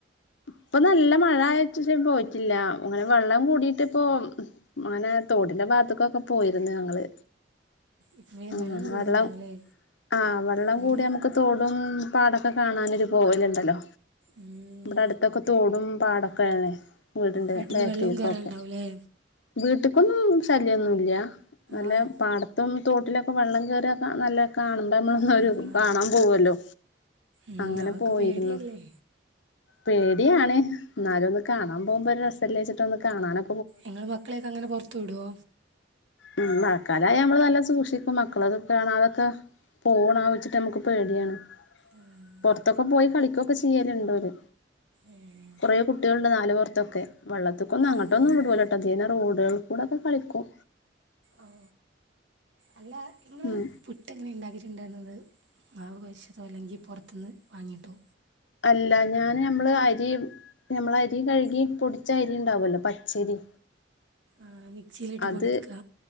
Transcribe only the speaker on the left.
ഇപ്പൊ നല്ല മഴ ആയേച്ചേഷം പോയിട്ടില്ല അങ്ങനെ വെള്ളം കൂടിട്ടിപ്പോ മഴേ തോട്ടിന്റെ ഭാഗത്തേക്കൊക്കെ പോയിരുന്നു ഞങ്ങള്
ആഹ്
വെള്ളം ആഹ് വെള്ളം
കൂട്യാമ്മക്ക് തോടും പാടൊക്കെ കാണാനൊരു പോവലുണ്ടല്ലോ
ഇബ്ടെ അടുത്തൊക്കെ തോടും പാടൊക്കെയാണ് വീടിന്റെ
ബേക്കിൽക്കൊക്കെ
വീട്ട്ക്കൊന്നും ശല്യൊന്നുല്ല നല്ല
പാട ത്തും തോട്ടിലൊക്കെ വെള്ളംകേറിയാ കാണാ നല്ലെ ക്കാണും നമ്മൾന്നൊരു
കാണാൻ പോവല്ലോ
അങ്ങനെ
പോയിരുന്നു
പേടിയാണ് എന്നാലുംഒന്ന് കാണാൻ പോവുമ്പൊരു രസല്ലെച്ചിട്ട് ഒന്ന് കാണാനൊ
ഉം മഴക്കാലായ അമ്മള്നല്ല സൂക്ഷിക്കും മക്കളതൊക്കെ കാണാതൊക്കാ പോണാവെച്ചിട്ട് മ്മക്ക് പേട്യയാണ്
പൊറത്തൊക്കെ പോയി കളിക്കൊക്കെ ചെയ്യല്ണ്ടോര്
കൊറേ കുട്ട്യേൾണ്ട് നാല് പൊർത്തൊക്കെ വെള്ളത്ത്ക്കൊന്ന അങ്ങട്ടൊന്നു
വിടൂലട്ടൊ ഇതിയേനെ റോഡ് കളിൽ കൂടെക്കെ കളിക്കും
ഉം
അല്ല ഞാന് നമ്മള് അരി നമ്മളരികഴ്കി പൊടിച്ച അരിണ്ടാവല്ലോ പച്ചരി
അത്